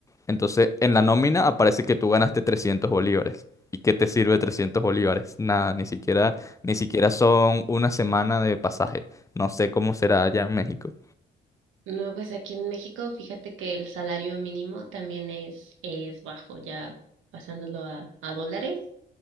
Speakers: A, on the left; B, on the right.
A: Entonces, en la nómina aparece que tú ganaste 300 bolívares. ¿Y qué te sirve 300 bolívares? Nada, ni siquiera, ni siquiera son una semana de pasaje. No sé cómo será allá en México.
B: No, pues aquí en México, fíjate que el salario mínimo también es, es bajo, ya pasándolo a, a dólares,